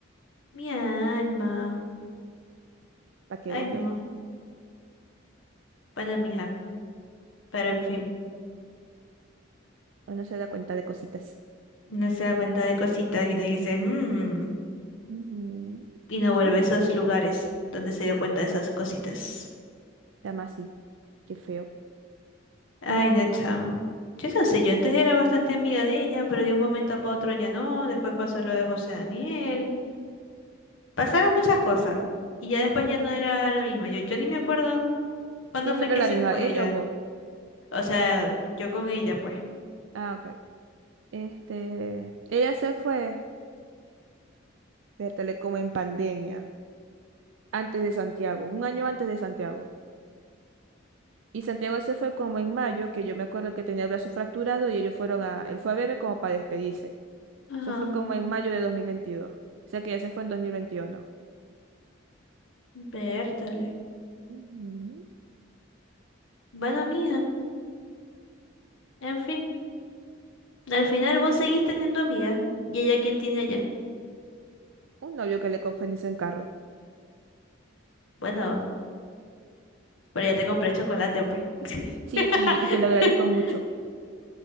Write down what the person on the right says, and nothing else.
¿Para que
vos
veáis?
Uno se da cuenta de cositas.
Ujú.
Mm,
Llama así. Qué feo.
¿Quién
no era
la
misma?
¿Ella
o vos?
Ah, ok. Este. Ella se fue. Vértale como en pandemia. antes de Santiago, un año antes de Santiago. Y Santiago se fue como en mayo, que yo me acuerdo que tenía el brazo fracturado y ellos fueron a, él fue a verme como para despedirse.
Eso fue como en mayo de 2022. O sea que ya se fue en 2021.
Ujú.
Un novio que le confundís en carro.
Sí,
sí, y te lo agradezco mucho.